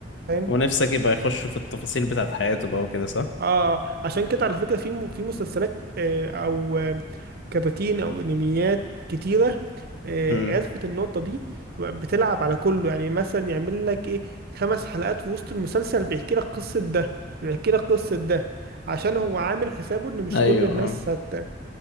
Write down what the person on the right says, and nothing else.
فاهم
اه عشان كده على فكرة في م- في مسلسلات آه، او آه، كراتين او انميات كتيرة آه،
عرفت النقطة دي بتلعب على كله يعني مثلا يعمل لك ايه خمس حلقات في وسط المسلسل بيحكي لك قصة ده بيحكي لك قصة ده عشان هو عامل حسابه ان مش
كل الناس
هت